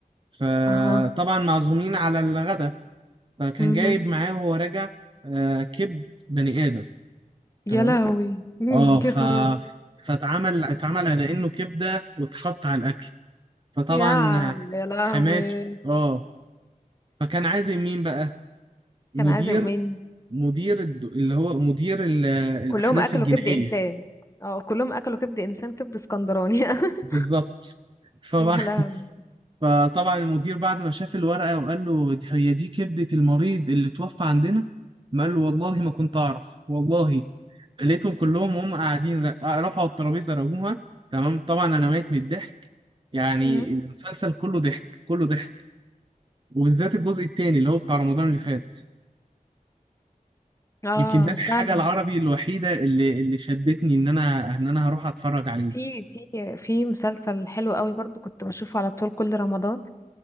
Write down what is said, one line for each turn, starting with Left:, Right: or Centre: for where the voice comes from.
Right: فطبعا
Left: اها
Right: معزومين على الغداء فكان
Left: امم
Right: جايب معاه وهو راجع آه، كبد بني ادم
Left: يا
Right: تمام
Left: لهوي <laughs> مم.
Right: اه ف
Left: يا خراب
Right: فاتعمل اتعمل على انه كبده واتحط على الاكل فطبعا
Left: يا يا لهوي
Right: حماته اه فكان عازم مين بقى مدير
Left: كان عازم مين
Right: مدير الد- اللي هو مدير ال- الأحداث
Left: كلهم اكلوا
Right: الجنائية
Left: كبد انسان اه كلهم اكلوا كبد انسان كبد اسكندراني <laughs>
Right: بالظبط فبعد
Left: يا
Right: <laughs>
Left: لهوي
Right: فطبعا المدير بعد ما شاف الورقة وقال له دي- هي دي كبدة المريض اللي توفى عندنا ما قال له والله ما كنت أعرف والله لقيتهم كلهم وهم قاعدين ر- رفعوا الترابيزة رموها تمام طبعا أنا ميت من الضحك يعني
Left: مم.
Right: المسلسل كله ضحك كله ضحك وبالذات الجزء التاني اللي هو بتاع رمضان اللي فات
Left: اه
Right: يمكن ده الحاجة
Left: فعلا
Right: العربي الوحيدة اللي اللي شدتني إن أنا إن أنا هروح أتفرج عليه
Left: في في في مسلسل حلو قوي برضو كنت بشوفه على طول كل رمضان